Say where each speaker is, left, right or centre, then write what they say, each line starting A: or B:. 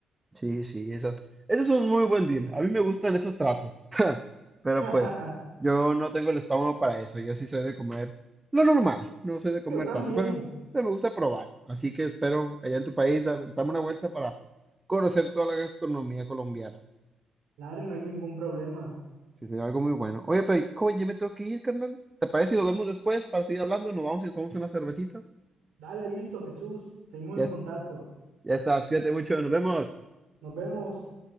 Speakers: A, on the right (about 15°); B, on the right (about 85°).
A: Sí, sí, eso. Ese es un muy buen deal. A mí me gustan esos tratos. <laughs> Pero
B: <laughs>
A: pues, yo no tengo el estómago para eso. Yo sí soy de comer lo normal. No soy de comer
B: Yo también.
A: tanto, pero, pero me gusta probar. Así que espero allá en tu país a- darme una vuelta para conocer toda la gastronomía colombiana.
B: Dale no hay ningún problema.
A: Sí, sería algo muy bueno. Oye, pero ¿cómo? Ya me tengo que ir, carnal. ¿Te parece si nos vemos después para seguir hablando? Nos vamos y tomamos unas cervecitas.
B: Dale, listo, Jesús. Seguimos
A: Ya,
B: en contacto.
A: ya estás, cuídate mucho, nos vemos.
B: Nos vemos.